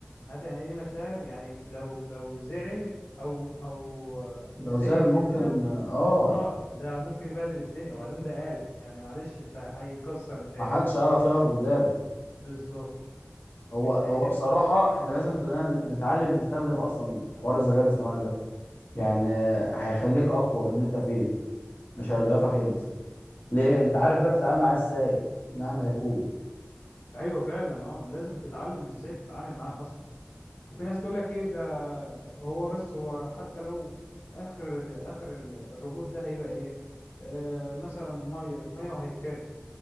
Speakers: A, on the left (about 75°); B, on the left (about 55°).
A: عارف يعني ايه ليه مشاعر يعني لو لو زعل او او آه،
B: لو
A: زهق
B: زي ممكن
A: مننا
B: اه
A: اه ده ممكن يبهدل الدنيا وبعدين ده آلة يعني معلش انت هيكسر مش هيهمه
B: ما حدش عارف يقف قدامه
A: بالظبط
B: هو
A: مش
B: هو
A: هيهمه
B: بصراحة احنا لازم كلنا نتعلم نستخدم اصلا حوار الذكاء الاصطناعي ده يعني هيخليك اقوى من اللي انت فيه مش هيضعفك انت ليه انت عارف
A: ده.
B: بقى بتتعامل معاه ازاي مهما يكون
A: ايوه فعلا اه لازم تتعلم ازاي تتعامل معاه اصلا وفي ناس تقول لك ايه ده هو بس هو حتى لو اخر اخر ال- الروبوت ده هيبقى ايه آه مثلا ميه ميه وهيتحرق